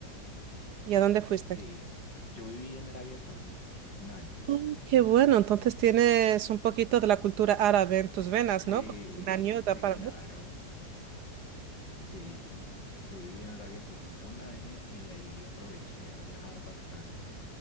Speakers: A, on the right; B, on the left.
A: ¿Y a dónde fuiste?
B: Sí, yo viví en Arabia Saudita un año.
A: Mm, Qué bueno, entonces tienes un poquito de la cultura árabe en tus venas,
B: Sí,
A: ¿no? Porque un año da
B: sí,
A: para
B: claro.
A: mucho.
B: Sí, yo viví en Arabia Saudita un año y ahí aproveché a viajar bastante.